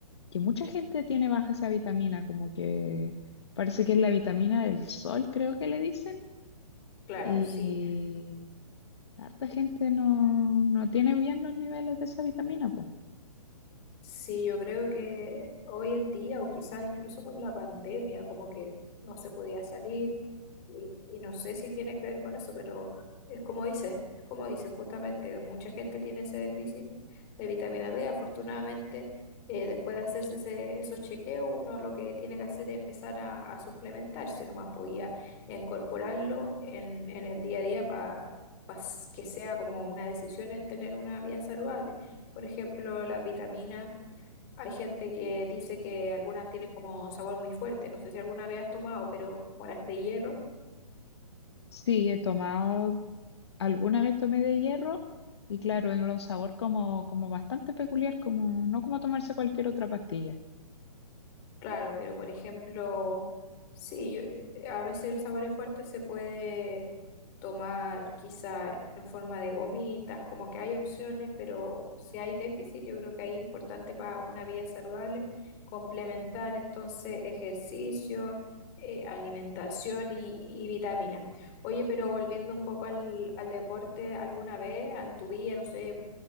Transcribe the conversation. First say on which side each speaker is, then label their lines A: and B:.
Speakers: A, on the left; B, on the left.
A: que mucha gente tiene baja esa vitamina, como que parece que es la vitamina del sol, creo que le dicen,
B: Claro,
A: y
B: sí.
A: harta gente no, no tiene bien los niveles de esa vitamina, po.
B: Sí, yo creo que hoy en día, o quizás incluso con la pandemia, como que no se podía salir, y, y no sé si tiene que ver con eso, pero es como dices, es como dices, justamente, mucha gente tiene ese déficit de vitamina D. Afortunadamente, eh, después de hacerse ese- esos chequeos, uno lo que tiene que hacer es empezar a, a suplementarse, nomás podía incorporarlo en, en el día a día para que sea como una decisión en tener una vida saludable. Por ejemplo, las vitaminas. Hay gente que dice que algunas tienen como sabor muy fuerte. No sé si alguna vez has tomado, pero como las de hierro.
A: Sí, he tomado, alguna vez tomé de hierro. Y claro, era un sabor como, como bastante peculiar, como, no como tomarse cualquier otra pastilla.
B: Claro, pero por ejemplo, sí, yo- eh, a veces el sabor es fuerte, se puede tomar quizá en forma de gomitas, como que hay opciones, pero si hay déficit, yo creo que ahí es importante para una vida saludable complementar entonces ejercicio, eh, alimentación y, y vitaminas. Oye, pero volviendo un poco al, al deporte, ¿alguna vez en tu vida, no sé,